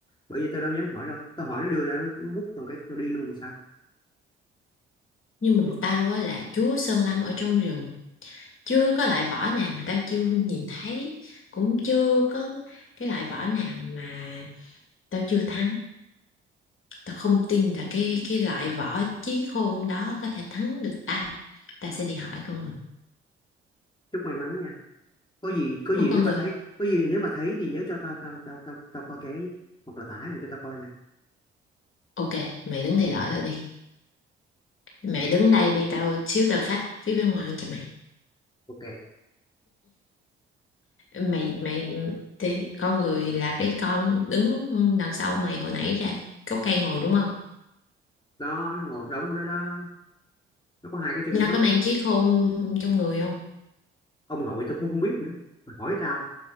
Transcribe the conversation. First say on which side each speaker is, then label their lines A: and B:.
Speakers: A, on the left; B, on the left.
A: bởi vì tao đâu dám hỏi đâu tao hỏi nó đưa ra nó nó quất tao một cái tao đi luôn sao
B: Nhưng mà
A: chúc
B: tao á là chúa Sơn Lâm ở trong rừng. Chưa có loại vỏ nào mà tao chưa nhìn thấy. Cũng chưa có cái loại vỏ nào mà tao chưa thắng. Tao không tin là cái cái loại vỏ chiếc khôn đó có thể thắng được ta. Ta sẽ đi hỏi con người.
A: chúc may mắn nha có gì có
B: con
A: gì nếu mà
B: người
A: thấy có gì nếu mà thấy thì nhớ cho tao tao tao tao tao coi ké với. hoặc là tải lại cho tao coi nha
B: Ok, mày đứng thay đổi tao đi. Mày đứng đây đi, tao xíu tao phát phía bên ngoài cho mày.
A: ok
B: Mày mày thì con người là cái con đứng đằng sau mày hồi nãy ra gốc cây ngồi đúng không?
A: đó nó ngồi đóng của nó đó nó có hai cái chân
B: Nó
A: nó
B: có mang chiếc khôn trong người không?
A: ông nội tao cũng không biết nữa mà hỏi tao